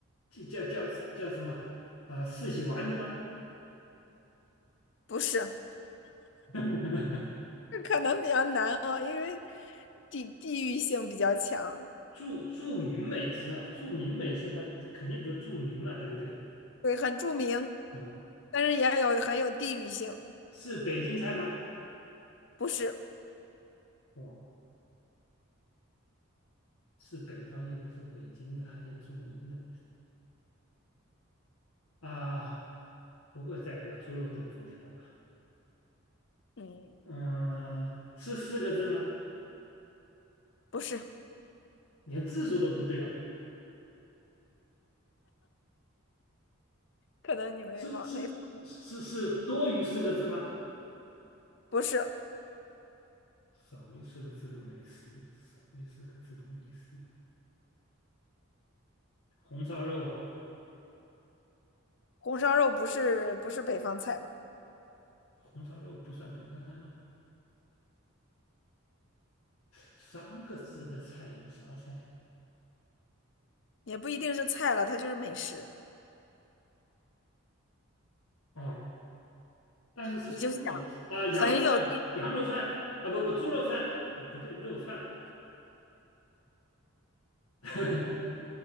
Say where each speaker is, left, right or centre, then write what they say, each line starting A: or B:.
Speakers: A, on the left (about 80°); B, on the left (about 55°).
A: 叫叫叫叫什么？呃，四喜丸子吗？
B: 不是？
A: <laughs>
B: 这可能比较难哦，因为地地域性比较强，
A: 著著名美食啊，著名美食它肯定得著名嘛，对不对？
B: 对，很著名，
A: 啊，
B: 但是也有很有地域性。
A: 是北京菜吗？
B: 不是，
A: 哦，是北方又不是北京的，还有著名的啊，不会再来个猪肉炖粉条吧？
B: 嗯，
A: 嗯、是四个字吗？
B: 不是，
A: 连字数都不对啊，
B: 可能你没往那方，
A: 是是是是是多于四个字吗？
B: 不是
A: 少于四个字的美食，少于四个字的美食，红烧肉啊，
B: 红烧肉，不是不是北方菜吧？
A: 红烧肉不算北方菜吗？三个字的菜有啥菜
B: 也不一定是菜了，它就是美食。
A: 啊？哦，但是是猪肉啊，
B: 你就想，
A: 羊肉串，
B: 很有地，
A: 羊肉串啊，不不，猪肉串，哎不对，肉串，<laughs>